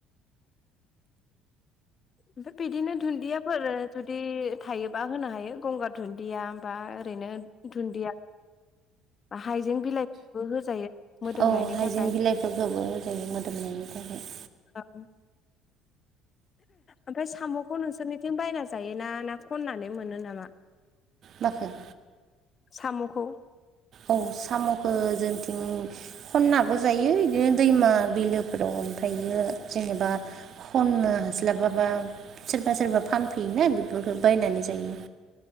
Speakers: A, on the left; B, on the right.
A: ओमफ्राय बिदिनो धुन्दियाफोर जुदि थायोबा होनो हायो गंगार धुन्दिया बा ओरैनो धुन्दिया हाइजें बिलाइफोरबो होजायो। मोदोमनायनि
B: औ हाइजें
A: थाखाय
B: बिलाइफोरखौबो होजायो मोदोमनायनि थाखाय।
A: औ ओमफ्राय साम'खौ नोंसोरनिथिं बायना जायोना ना खननानै मोनो नामा
B: माखो
A: साम'खौ
B: औ साम'खो जोंथिं खननाबो जायो इदिनो दैमा बिलोफोराव ओमफ्रायो जेनेबा खननो हास्लाबाबा सोरबा सोरबा फानफैयोना बेफोरखो बायनानै जायो।